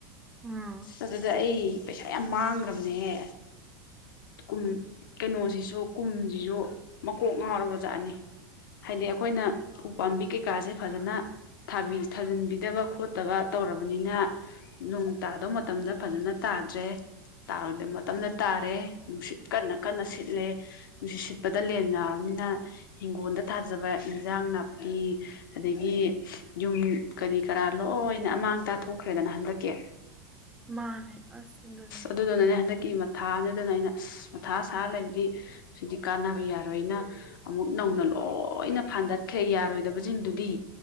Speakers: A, in the centre; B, on the left.
A: ꯎꯝ
B: ꯑꯗꯨꯗ ꯑꯩ ꯄꯩꯁꯥ ꯌꯥꯝ ꯃꯥꯡꯒꯔ꯭ꯥꯝꯅꯦꯍꯦ ꯀꯨꯝ ꯀꯩꯅꯣꯁꯤꯁꯨ ꯀꯨꯝꯖꯤꯖꯨ ꯃꯀꯣꯛ ꯉꯥꯎꯔꯕꯖꯥꯠꯅꯤ ꯍꯥꯏꯗꯤ ꯑꯩꯈꯣꯏꯅ ꯎ ꯄꯥꯝꯕꯤ ꯀꯩ ꯀꯥꯖꯦ ꯐꯖꯅ ꯊꯕꯤ ꯊꯥꯖꯤꯟꯕꯤꯗꯕ ꯈꯣꯠꯇꯕ ꯇꯧꯔꯕꯅꯤꯅ ꯅꯣꯡ ꯇꯥꯗꯧ ꯃꯇꯝꯗ ꯐꯖꯅ ꯇꯥꯗ꯭ꯔꯦ ꯇꯥꯔꯣꯏꯗꯕ ꯃꯇꯝꯗ ꯇꯥꯔꯦ ꯅꯨꯡꯁꯤꯠ ꯀꯟꯅ ꯀꯟꯅ ꯁꯤꯠꯂꯦ ꯅꯨꯡꯁꯤꯠ ꯁꯤꯠꯄꯗ ꯂꯦꯟ ꯌꯥꯎꯔꯕꯅꯤꯅ ꯍꯤꯡꯒꯣꯜꯗ ꯊꯥꯖꯕ ꯏꯟꯖꯥꯡ ꯅꯥꯄꯤ ꯑꯗꯒꯤ ꯌꯨꯝ ꯀꯔꯤ ꯀꯔꯥ ꯂꯣꯏꯅ ꯑꯃꯥꯡꯇꯥ ꯊꯣꯛꯈ꯭ꯔꯦꯗꯅ ꯍꯟꯗꯛꯀꯤ <inaudible>
A: ꯃꯥꯟꯅꯦ ꯑꯁ ꯑꯗꯨꯅꯤ
B: ꯑꯗꯨꯗꯨꯅꯅꯦ ꯍꯟꯗꯛꯀꯤ ꯃꯊꯥꯝꯅꯦ ꯑꯗꯨꯅ ꯑꯩꯅ ꯑꯁ ꯃꯊꯥ ꯁꯥꯔ ꯂꯩꯕꯗꯤ ꯁꯤꯗꯤ ꯀꯥꯟꯅꯔꯣꯏ ꯌꯥꯔꯣꯏꯅ ꯑꯃꯨꯛ ꯅꯧꯅ ꯂꯣꯏꯅ ꯐꯥꯟꯗꯠꯈ꯭ꯔꯦ ꯌꯥꯔꯣꯏ ꯗꯕꯖꯤꯡꯗꯨꯗꯤ